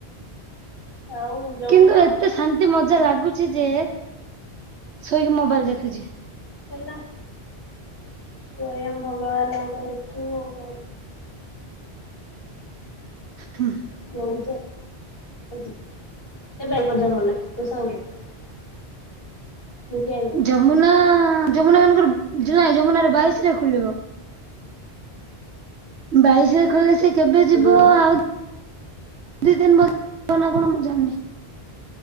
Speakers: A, on the left; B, on the right.
A: ଆଉ ଯମୁନା
B: କିନ୍ତୁ ଏତେ ଶାନ୍ତି ମଜା ଲାଗୁଛି ଯେ ଶୋଇକି ମୋବାଇଲ ଦେଖୁଛି।
A: ହେଲା ସ୍ଵୟଂ ଭଗବାନଙ୍କର ଇଛୁ କ ଆଉ କଣ।
B: ହୁଁ।
A: <unintelligible> ମୁଁ ଜାଣିଛି।
B: ଯମୁନା ଯମୁନା ମାନଙ୍କର ନାଇଁ ଯମୁନା ର ବାଇଶ ରେ ଖୋଲିବ। ବାଇଶରେ ଖଲେ ସେ କେବେ ଯିବ
A: ଉଁ ହୁଁ
B: ଆଉ। ଦି ଦିନ ବସ ନା କଣ ମୁଁ ଜାଣିନି।